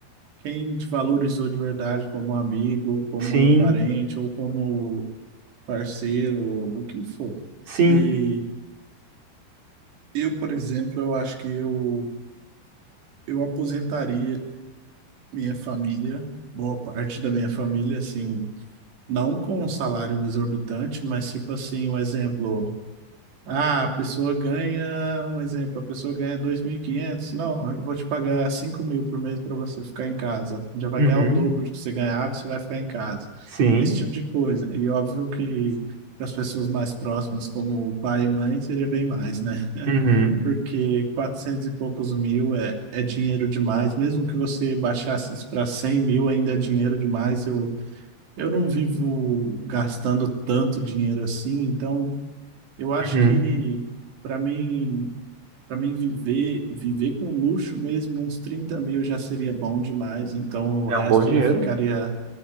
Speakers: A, on the right; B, on the right.
A: quem te valorizou de verdade como amigo, como
B: Sim,
A: parente ou como parceiro, o que for.
B: sim,
A: E eu, por exemplo, eu acho que eu, eu aposentaria. Minha família, boa parte da minha família, assim, não com um salário exorbitante, mas tipo assim, um exemplo. Ah, a pessoa ganha, um exemplo, a pessoa ganha dois mil e quinhentos Não, eu vou te pagar cinco mil por mês para você ficar em casa. Já vai
B: uhum,
A: ganhar o dobro do que você ganhava, você vai ficar em casa.
B: sim,
A: Esse tipo de coisa. E óbvio que para as pessoas mais próximas, como pai e mãe, seria bem mais, né?
B: uhum,
A: porque 400 e poucos mil é, é dinheiro demais. Mesmo que você baixasse isso para 100 mil, ainda é dinheiro demais. Eu, eu não vivo gastando tanto dinheiro assim, então eu acho
B: uhum.
A: que para mim, para mim viver, viver com luxo mesmo, uns 30 mil já seria bom demais. Então o
B: É
A: resto
B: um bom dinheiro.
A: ficaria,